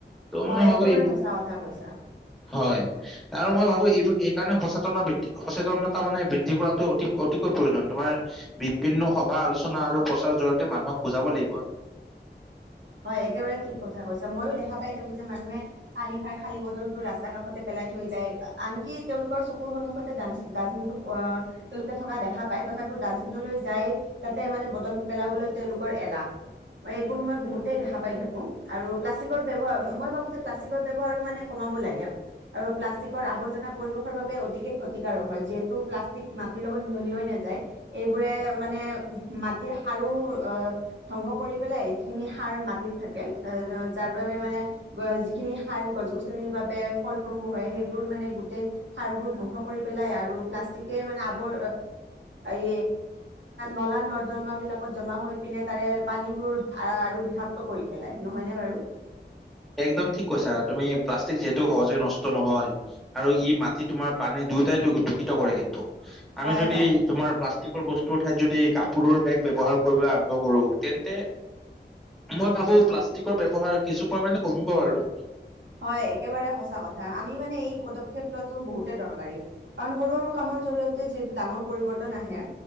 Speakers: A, in the centre; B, on the right.
A: ত'
B: হয়,
A: মই ভাবো
B: একেবাৰে
A: এই
B: সঁচা কথা কৈছা।
A: হয় আৰু মই ভাবো এই সেইকাৰণে সচেতন বৃদ্ধি সচেতনতা মানে বৃদ্ধি কৰাটো অতি অতিকৈ প্ৰয়োজন। তোমাৰ বিভিন্ন সভা-আলোচনা আৰু প্ৰচাৰৰ জৰিয়তে মানুহক বুজাব লাগিব।
B: হয়, একেবাৰে ঠিক কথা কৈছা মইয়ো দেখা পাই থাকো যে মানুহে। পানী খাই খালি বটল। ৰাস্তা কাষতে পেলাই থৈ যায়, আনকি তেওঁলোকৰ চকুৰ সন্মুখতো ডাষ্টবিন টো তেওঁলোকে থকা দেখা পায়। তথাপিও ডাষ্টবিনলৈ যাই তাতে মানে বটল টো পেলাবলৈ তেওঁলোকৰ এলাহ, এইবোৰ মই বহুত। দেখা পাই থাকো আৰু প্লাষ্টিকৰ ব্যৱহাৰ মই ভাবো যে প্লাষ্টিকৰ ব্যৱহাৰো মানে কমাব লাগে। আৰু প্লাষ্টিকৰ আৱৰ্জনা পৰিৱেশৰ বাবে অতিকে ক্ষতিকাৰক হয়। যিহেতু প্লাষ্টিক মাটিৰ লগত মিহলিাই নাযায়, এইবোৰে মানে মাটিৰ সাৰো অ' ধ্বংস কৰি পেলাই যিখিনি। সাৰ মাটিত থাকে, যাৰ বাবে মানে যিখিনি সাৰ গছ- গছনিৰ বাবে ফলপ্ৰসু হয় সেইবোৰ মানে গোটেই সাৰবোৰ ধ্বংস কৰি পেলাই আৰু প্লাষ্টিকে মানে আবৰ ই নলা-নৰ্দমা বিলাকত জমা হৈ পিনে তাৰে পানীবোৰ আৰু। বিষাক্ত কৰি পেলাই নহয়নে বাৰু।
A: একদম ঠিক কৈছা, তুমি প্লাষ্টিক যিহেতু সহজে নষ্ট নহয়, আৰু ই মাটি তোমাৰ পানী দুয়টাইো। দূষিত কৰে কিন্তু আমি
B: হয়
A: যদি
B: হয়
A: তোমাৰ প্লাষ্টিক। প্লাষ্টিকৰ বস্তুৰ ঠাইত যদি কাপোৰৰ বেগ ব্যৱহাৰ কৰিবলৈ আৰম্ভ কৰো তেন্তে মই ভাবো প্লাষ্টিকৰ ব্যৱহাৰ। কিছু পৰিমণে কমিব আৰু।
B: হয়, একেবাৰে সঁচা কথা আমি মানে এই পদক্ষেপ লোৱাটো বহুতে দৰকাৰী। কাৰণ সৰু সৰু কামৰ জৰিয়তে যিহেতু ডাঙৰ পৰিৱৰ্তন আহে